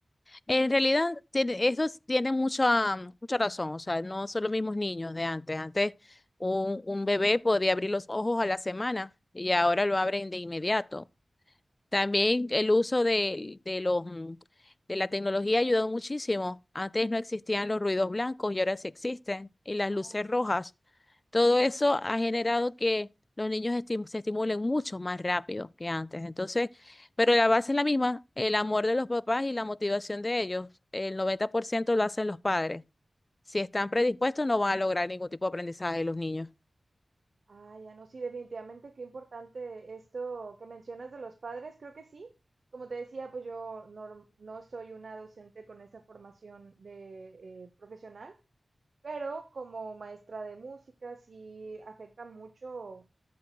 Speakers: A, on the left (about 25°); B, on the right (about 85°).
A: En realidad, tiene- eso s- tiene mucha, mucha razón. O sea, no son los mismos niños de antes. Antes, un, un bebé podía abrir los ojos a la semana y ahora lo abren de inmediato. También el uso de, de los, mm, de la tecnología ha ayudado muchísimo. Antes no existían los ruidos blancos y ahora sí existen, y las
B: Ah,
A: luces rojas. Todo eso ha generado que los niños esti- se estimulen mucho más rápido que antes. Entonces, pero la base es la misma, el amor de los papás y la motivación de ellos. El 90% lo hacen los padres. Si están predispuestos, no van a lograr ningún tipo de aprendizaje de los niños.
B: ah, ya no, sí, definitivamente qué importante esto que mencionas de los padres, creo que sí. Como te decía, pues yo no, no soy una docente con esa formación de eh, profesional, Pero como maestra de música sí afecta mucho,